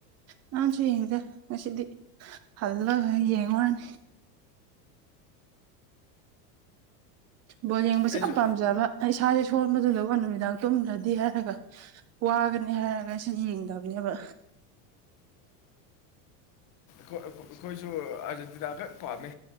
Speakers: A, on the right (about 35°); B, on the left (about 40°).
A: ꯅꯔꯥꯡꯁꯨ ꯌꯦꯡꯗꯦ ꯉꯁꯤꯗꯤ ꯍꯜꯂꯒ ꯌꯦꯡꯉꯨꯔꯅꯤ ꯕꯣꯜ ꯌꯦꯡꯕꯁꯦ
B: ꯑꯩꯁꯨ
A: ꯌꯥꯝ ꯄꯥꯝꯖꯕ ꯑꯩ ꯏꯁꯥꯁꯦ ꯁꯣꯟꯕꯗꯨꯗꯀ‌ꯣ ꯅꯨꯃꯤꯗꯥꯡ ꯇꯨꯝꯗꯔꯗꯤ ꯍꯥꯏꯔꯒ ꯋꯥꯒꯅꯤ ꯍꯥꯏꯔꯒ ꯑꯩꯁꯦ ꯌꯦꯡꯗꯕꯅꯦꯕ
B: ꯑꯩ ꯑꯩꯈꯣꯏꯁꯨ ꯑꯔꯖ‌ꯦꯟꯇꯤꯅꯥ ꯈꯛ ꯄꯥꯝꯃꯦ